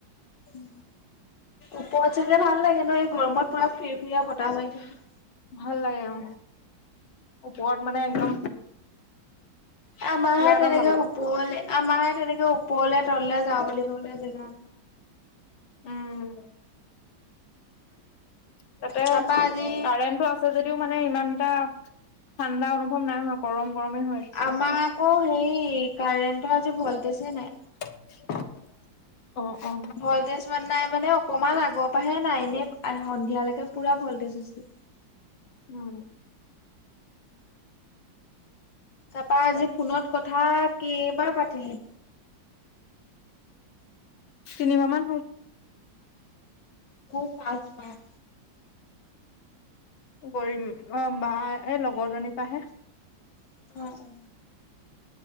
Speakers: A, on the left (about 65°); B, on the left (about 80°).
A: উ, ওপৰত চাগে ভাল লাগে ন' এই গৰমত পুৰা ফৰি ফুৰিয়া বতাহ হৈ থাকে।
B: ভাল লাগে। অ, ওপৰত মানে একদম
A: আমাৰহে
B: কিবা এটা
A: তেনেকে
B: ভাল লাগে।
A: ওপৰলে আমাৰহে তেনেকে ওপৰলে তলে যাওঁ বুলি কওঁলে জেগা।
B: উম, তাতে
A: তাৰপা আজি
B: কাৰেণ্টটো আ। আ, যদিও মানে ইমান এটা ঠাণ্ডা অনুভৱ নাই হ গৰম গৰমে হয়।
A: আমাৰ আকৌ হেৰি কাৰেণ্ট আজি ভল্টছে নাই।
B: <unintelligible> অ, অ,
A: ভল্টেজ মানে নাই মানে অকমান আগৰ পৰাহে নাই, ন সন্ধিয়ালৈকে পুৰা ভল্টেজ আছিল।
B: উম
A: তাৰাপা আজি ফোনত কথা কেইবাৰ পাতিলি।
B: তিনিমাহ মান হ'ল।
A: খুব ভাচ মা <unintelligible>
B: কৰিম, অ', বা এই লগৰজনীৰ পৰাহে।
A: অ অ',